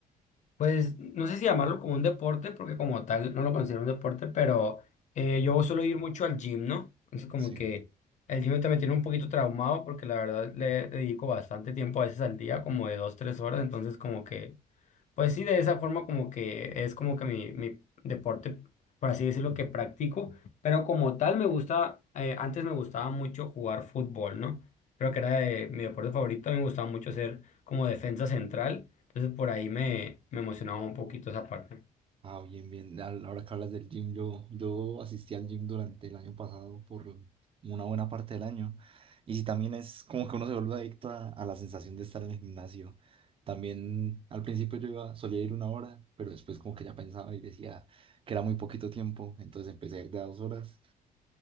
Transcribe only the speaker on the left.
Pues no sé si llamarlo como un deporte, porque como tal no lo considero un deporte, pero eh, yo suelo ir mucho al gym, ¿no? Entonces como
que el gym también tiene un poquito traumado, porque la verdad le dedico bastante tiempo a veces al día, como de dos, tres horas, entonces como que pues sí, de esa forma como que es como que mi, mi deporte, por así decirlo, que practico, pero como tal me gusta, eh, antes me gustaba mucho jugar fútbol, ¿no? Creo que era de- mi deporte favorito, me gustaba mucho ser como defensa central, entonces por ahí me, me emocionaba un poquito esa parte.